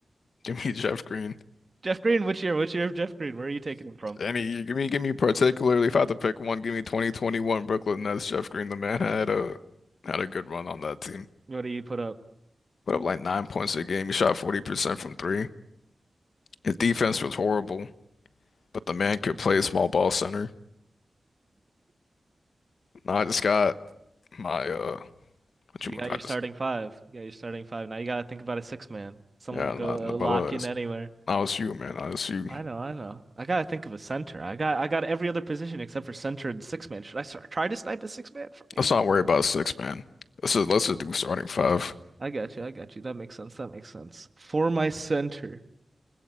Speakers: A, on the left; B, on the right.
A: Give me <laughs> Jeff Green.
B: Jeff Green, which year? Which year of Jeff Green? Where are you taking him from?
A: Any, give me, give me particularly if I had to pick one, give me 2021 Brooklyn Nets. Jeff Green, the man had a had a good run on that team.
B: What do you put up?
A: Put up like nine points a game. He shot 40% from three. His defense was horrible. But the man could play small ball center. No, I just got my uh what
B: You
A: you
B: got
A: I
B: your
A: just
B: starting five. You got your starting five. Now you gotta think about a six man. Someone
A: yeah,
B: who go
A: not
B: lock
A: but uh
B: in
A: it's
B: anywhere.
A: LSU, man. LSU.
B: I know, I know. I gotta think of a center. I got I got every other position except for center and six man. Should I start try to snipe a six man from you?
A: Let's not worry about six, man. Let's just let's just do starting five.
B: I got you, I got you. That makes sense. That makes sense. For my center,